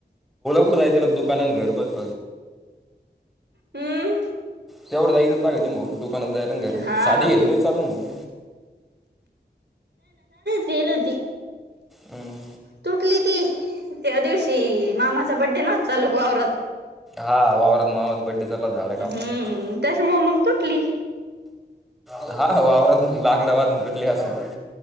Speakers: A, in the centre; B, on the right.
A: कुड जायच दुकानात घर बस
B: हूं!
A: तेवढं जायच <unintelligible> त मग पण द्यायला न घरी
B: हा
A: सादी घेतली तरी चालन. <unintelligible>
B: केलती.
A: हूं!
B: तुटली ती त्या दिवशी मामाचा बड्डे ना चालूक वावरात.
A: हा वावरत मामाचा बड्डे झाड
B: हम्म
A: कापताना.
B: त्याच्यामुळे मग तुटली
A: <unintelligible> हा वावरात <unintelligible>